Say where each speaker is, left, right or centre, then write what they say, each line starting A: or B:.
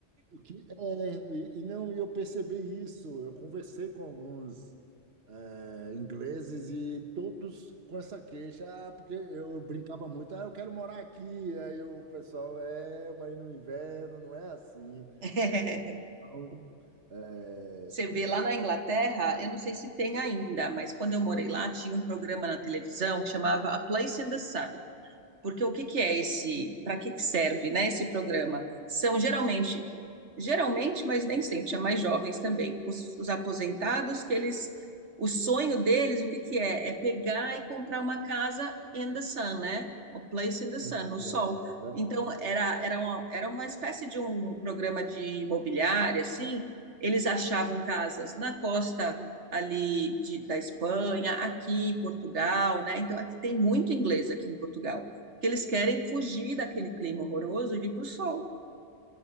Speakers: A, on the right; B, on the right.
A: E que- é, e, e não, e eu percebi isso. Eu conversei com alguns é, ingleses e todos com essa queixa, ah, porque eu, eu brincava muito, ah, eu quero morar aqui. Aí o pessoal, é, mas no inverno não é assim.
B: <laughs>
A: Então, é,
B: Você vê lá na Inglaterra, eu não sei se tem ainda, mas quando eu morei lá, tinha um programa na televisão que chamava A Place in the Sun. Porque o que que é esse, para que que serve, né, esse programa? São geralmente, geralmente, mas nem sempre, tinha mais jovens também, os, os aposentados que eles, o sonho deles, o que que é? É pegar e comprar uma casa in the sun, né? A place in the sun,
A: no
B: no
A: sol,
B: sol.
A: né?
B: Então, era, era, uma, era uma espécie de um programa de imobiliária, assim, eles achavam casas na costa ali de- da Espanha, aqui em Portugal, né? Então, aqui tem muito inglês aqui em Portugal que eles querem fugir daquele clima horroroso e vir para o sol.